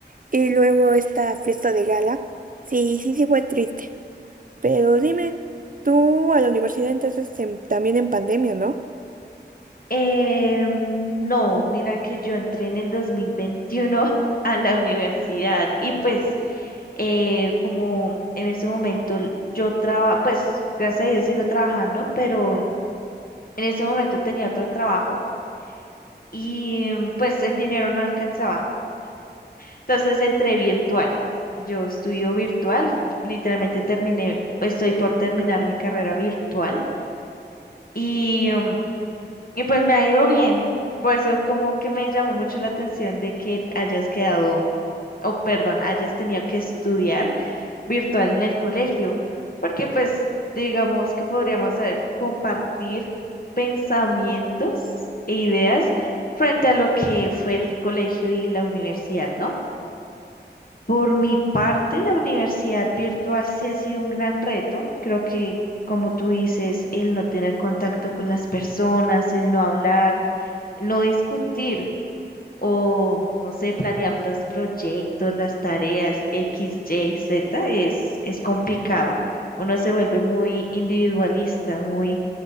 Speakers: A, on the right (about 50°); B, on the left (about 55°).
A: Y luego esta fiesta de gala, sí, sí, sí fue triste, pero dime, tú a la universidad entonces también en pandemia, ¿no?
B: Eh, no, mira que yo entré en el 2021 <laughs> a la universidad y pues eh, como en ese momento yo trabajo, pues gracias a Dios sigo trabajando, pero en ese momento tenía otro trabajo y em, pues el dinero no alcanzaba. Entonces entré virtual. Yo estudio virtual, literalmente terminé, estoy por terminar mi carrera virtual. Y em, Y pues me ha ido bien. Por eso como que me llamó mucho la atención de que hayas quedado, o perdón, hayas tenido que estudiar virtual en el colegio, porque pues digamos que podríamos eh, compartir pensamientos e ideas frente a lo que fue el colegio y la universidad, ¿no? Por mi parte, la universidad virtual sí ha sido un gran reto. Creo que, como tú dices, el no tener contacto con las personas, el no hablar, el no discutir o, no sé, planear los proyectos, las tareas X, Y, Z es, es complicado. Uno se vuelve muy individualista, muy